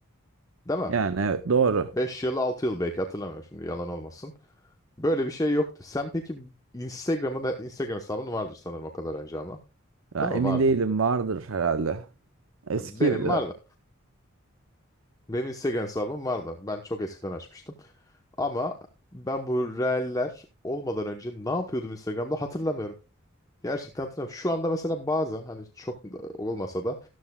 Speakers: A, on the left; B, on the right.
A: Değil mi?
B: Yani evet doğru.
A: 5 yıl 6 yıl belki hatırlamıyorum şimdi yalan olmasın. Böyle bir şey yoktu. Sen peki Instagram'ın e, Instagram hesabın vardır sanırım o kadar önce ama.
B: Ya,
A: Değil
B: emin
A: mi? Vardı.
B: değilim vardır herhalde. Eski
A: Benim
B: biraz.
A: vardı. Benim Instagram hesabım vardı. Ben çok eskiden açmıştım. Ama ben bu reeller olmadan önce ne yapıyordum Instagram'da hatırlamıyorum. Gerçekten hatırlamıyorum. Şu anda mesela bazen hani çok da olmasa da